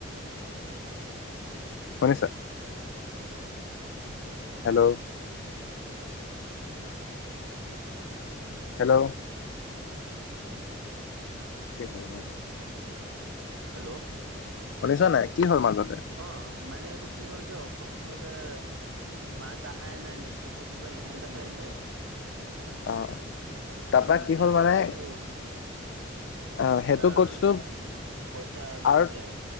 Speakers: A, on the left; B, on the right.
A: শুনিছা হেল্ল হেল্ল' কি হয় বাও
B: হেল্ল'
A: শুনিছা নাই কি হল মাজতে
B: অ মানে এইটো কি হ'ল যে অকস্মাতে মাত আহাই নাই নেটৱৰ্কৰ কিবা ইছ্যু দেখাই দিলে
A: অ তাৰপা
B: উম
A: কি
B: তাৰপিছত
A: হ'ল মানে
B: সেইটো
A: অ সেইটো
B: তা
A: কচটো
B: সেই পইচা বহুত
A: আৰু
B: যায়